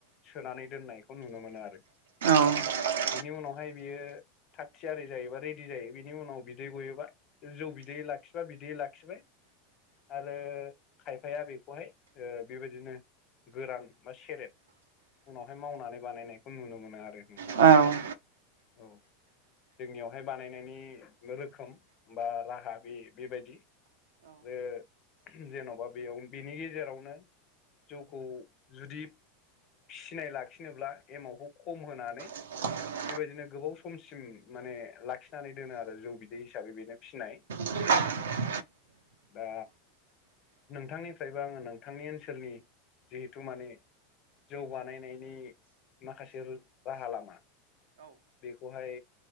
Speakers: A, on the left (about 45°); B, on the right (about 85°).
A: सोनानै दोननायखौ नुनो मोनो आरो
B: <unintelligible>
A: बिनि उनावहाय बियो थाख थियारि जायोबा रेडि जायो बिनि उनाव बिदै गयोबा जौ बिदै लाखिबा बिदि लाखिबाय आरो खायफाया बेखौहाय ओ बेबायदिनो गोरान बा सेरेब उनावहाय मावनानै बानायनायखौ नुनो मोनो आरो नोंथां
B: औ
A: औ जोंनियावहाय बानायनायनि रोखोम बा राहा बे-बेबायदि आरो जेन'बा बेयाव बिनि गेजेरावनो जौखौ जुदि फिसिनाय लाखिनोब्ला एमावखौ खम होनानै
B: <unintelligible>
A: बेबायदिनो गोबाव समसिम माने लाखिनानै दोनो आरो जौ बिदै हिसाबै बेनो फिसिनाय
B: <unintelligible>
A: दा नोंथांनिफ्रायबो आङो नोंथांनि ओनसोलनि जिहेथु माने जौ बानायनायनि माखासे राहा लामा बेखौहाय